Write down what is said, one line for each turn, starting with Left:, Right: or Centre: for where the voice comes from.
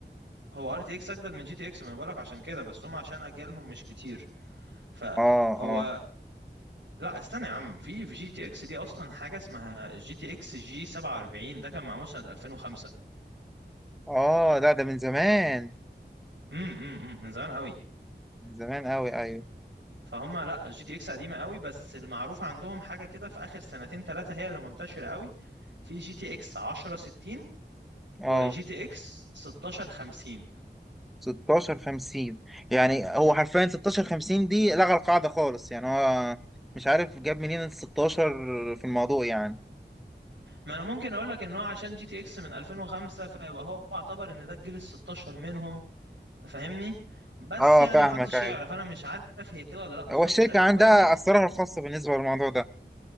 Right: هو ار تي اكس اجدد من جي تي اكس ما انا بقول لك عشان كده بس هم عشان اجيالهم مش كتير فهو
Centre: اه اه
Right: لا استنى يا عم في في جي تي اكس دي اصلا حاجه اسمها جي تي اكس جي 47 ده كان معمول سنه 2005
Centre: اه لا ده من زمان
Right: امم امم امم، من زمان قوي
Centre: من زمان قوي ايوه
Right: فهم لا الجي تي اكس قديمه قوي بس المعروف عندهم حاجه كده في اخر سنتين ثلاثه هي اللي منتشره قوي في جي تي اكس 1060
Centre: اه
Right: وجي تي اكس 1650
Centre: 16 50 يعني هو
Right: مم.
Centre: حرفيا 16 50 دي لغى القاعدة خالص يعني هو مش عارف جاب منين ال 16 في الموضوع يعني
Right: ما انا ممكن اقول لك ان هو عشان جي تي اكس من 2005 فيبقى هو اعتبر ان ده الجيل ال 16 منهم فاهمني بس
Centre: اه
Right: يعني
Centre: فاهمك
Right: محدش
Centre: ايوه
Right: يعرف انا مش عارف هي كده ولا لا بالظبط
Centre: هو الشركة
Right: لان
Centre: عندها
Right: كل الناس
Centre: أسرارها الخاصة بالنسبة للموضوع ده